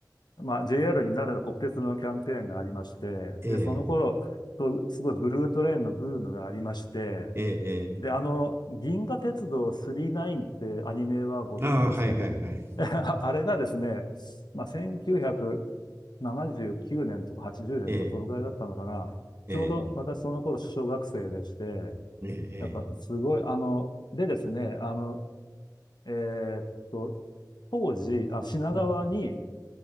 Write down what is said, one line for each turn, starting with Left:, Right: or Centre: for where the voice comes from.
Left: まあ、JR になるの国鉄のキャンペーンがありまして、
Right: ええ、
Left: で、その頃、そうすごいブルートレインのブームがありまして、
Right: ええ、え
Left: で、あの、銀河鉄道9 9ってアニメはご存知ですかね。
Right: え。ああ、はいはいはい。
Left: <laughs> あれがですね、まあ、1979年とか80年とかそのぐらいだったのかな。
Right: ええ、ええ、
Left: ちょうど私その頃小学生でして、
Right: ええ、ええ。
Left: やっぱすごい、あの、でですね、あの、えーっと、当時、あ、品川に、
Right: うん